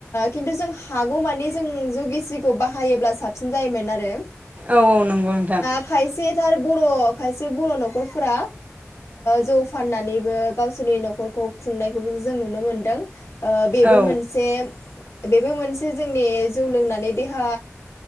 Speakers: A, on the left; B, on the right.
A: खिन्थु जों हागौमानिे जों जाै गेसिखौ बाहायोब्ला साबसिन जायोमोन आरो
B: औ औ नंगौ नोंथां
A: खायसे थार बर' खायसे बर' न'खरफोरा जौ फाननानैबो गावसोरनि न'खरखौ खुंनायखौबो जों नुनो मोनदों बेबो
B: औ
A: मोनसे बेबो मोनसे जोंनि जौ लोंनानै देहा